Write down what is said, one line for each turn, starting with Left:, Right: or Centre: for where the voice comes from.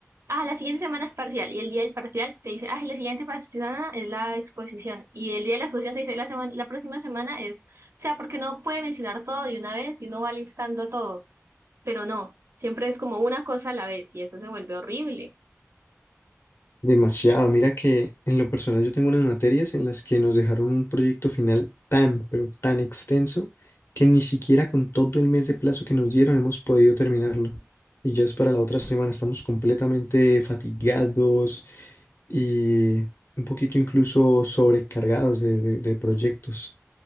Right: ah, la siguiente semana es parcial. Y el día del parcial te dice, ah, la siguiente par- semana es la exposición. Y el día de la exposición te dice, la, semana, la próxima semana es, o sea, porque no puede mencionar todo de una vez y uno va listando todo pero no, siempre es como una cosa a la vez y eso se vuelve horrible.
Left: Demasiado. Mira que en lo personal yo tengo unas materias en las que nos dejaron un proyecto final tan, pero tan extenso que ni siquiera con todo el mes de plazo que nos dieron hemos podido terminarlo. Y ya es para la otra semana. Estamos completamente fatigados y un poquito incluso sobrecargados de, de de proyectos.